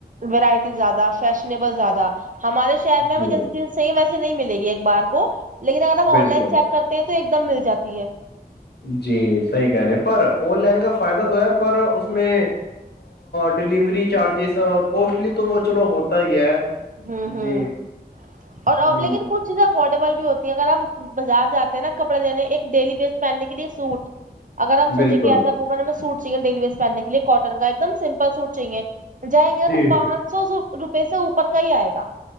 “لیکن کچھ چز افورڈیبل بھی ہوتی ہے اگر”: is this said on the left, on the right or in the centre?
Right